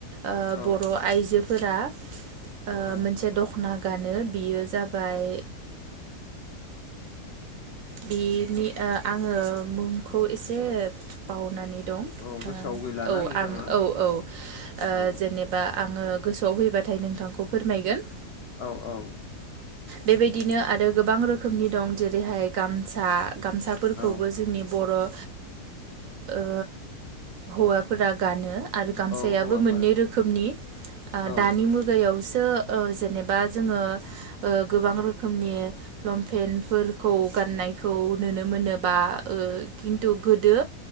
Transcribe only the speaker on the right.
ओ
बर' आइजोफोरा ओ
मोनसे दख'ना गानो बियो जाबाय बिनि ओ आङो मुंखौ एसे बावउनानै दं
ओ औ
आं औ औ ओ
जेनेबा आङो गोसोआव फैबाथाय नोंथांखौ फोरमायगोन।
बेबायदिनो आरो गोबां रोखोमनि दं जेरैहाय गामसा। गामसाफोरखौबो
जोंनि बर' ओ ओ हौवाफोरा गानो आरो गामसायाबो
मोननै रोखोमनि ओ
दानि मुगायाव तो जेनेबा जोङो गोबां रोखोमनि लंपेेनफोरखौ गाननायखौ नुनो मोनोबा खिन्थु गोदो